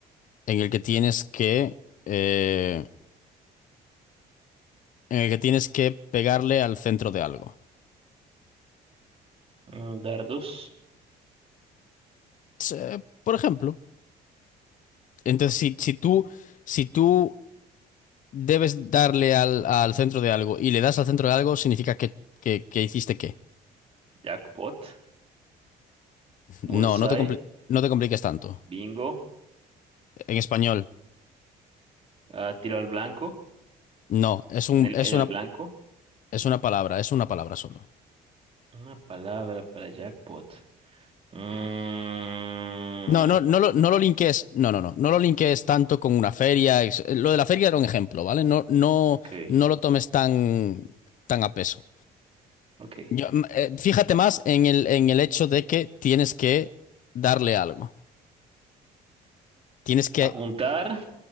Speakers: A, on the left; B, on the right.
A: en el que tienes que, eh, en el que tienes que pegarle al centro de algo.
B: Mm, dardos,
A: Se- por ejemplo, entonces si, si tú, si tú debes darle al, al centro de algo y le das al centro de algo, significa que, que, que hiciste qué.
B: jackpot, bullseye,
A: No, no te compli- no te compliques tanto.
B: bingo,
A: En español.
B: ah, tiro al blanco,
A: No, es un,
B: en el,
A: es
B: en el
A: una,
B: blanco.
A: es una palabra, es una palabra solo.
B: Una palabra para jackpot. Mm,
A: No, no, no lo, no lo linkees, no, no, no, no lo linkees tanto con una feria. es- eh, Lo de la feria era un ejemplo, ¿vale? No, no,
B: ok,
A: no lo tomes tan, tan a peso.
B: ok.
A: Yo, mm, eh, fíjate más en el, en el hecho de que tienes que darle algo. Tienes que,
B: Apuntar,